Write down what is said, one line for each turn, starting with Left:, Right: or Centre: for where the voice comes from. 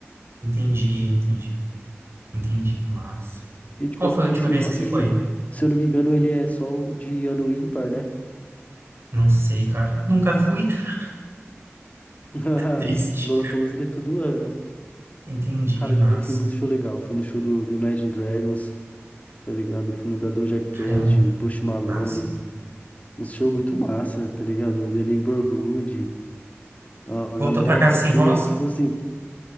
Right: Entendi, entendi, entendi. Nossa.
Left: E tipo
Right: Qual foi a última
Left: assim,
Right: vez
Left: o Rock
Right: que você foi?
Left: in Rio, se eu não me engano, ele é só o de ano ímpar, né?
Right: Não sei, cara. Nunca fui. <laughs>
Left: <laughs>
Right: Triste.
Left: O Lollapalooza ele é todo ano.
Right: Entendi,
Left: Cara,
Right: mas
Left: já fui em muito show legal. Fui no show do, do Imagine Dragons, tá ligado? Fui no da Doja Cat,
Right: caramba,
Left: Post Malone.
Right: mas
Left: Um show muito massa, tá ligado? The Neighborhood. É Uma
Right: Voltou
Left: galera
Right: pra casa
Left: que
Right: sem
Left: se,
Right: voz?
Left: tipo assim,